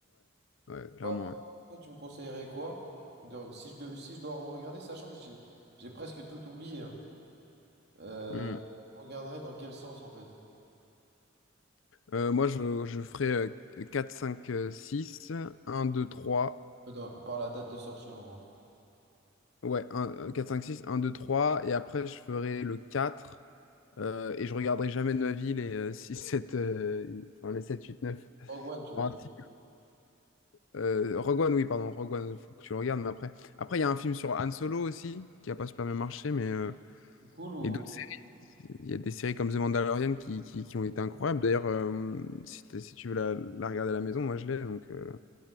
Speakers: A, on the left (about 70°); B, on the right (about 55°).
A: ouais, clairement,
B: Toi,
A: ouais.
B: toi, tu me conseillerais quoi? de- si je devais, si je dois regarder, sachant que j'ai, j'ai presque tout oublié. hein. Euh,
A: Hmm.
B: je regarderais dans quel sens en fait?
A: Euh, moi, je, je ferais euh, 4, 5, euh, 6, 1, 2, 3.
B: Euh, Dans- par la date de sortie en gros.
A: Ouais, un- euh, 4, 5, 6, 1, 2, 3. Et après, je ferais le quatre euh, et je regarderai jamais de ma vie les euh, 6, 7, euh, enfin, les 7 8 neuf
B: Rogue One, tu veux
A: Ah,
B: dire.
A: si. Euh, Rogue One, oui, pardon, Rogue One, faut que tu le regardes, mais après. Après, il y a un film sur Han Solo aussi, qui n'a pas super bien marché, mais euh,
B: C'est cool ou.
A: et d'autres séries. Il y a des séries comme The Mandalorian qui, qui, qui ont été incroyables. D'ailleurs, euh, si, t'es- si tu veux la, la regarder à la maison, moi je l'ai, donc euh,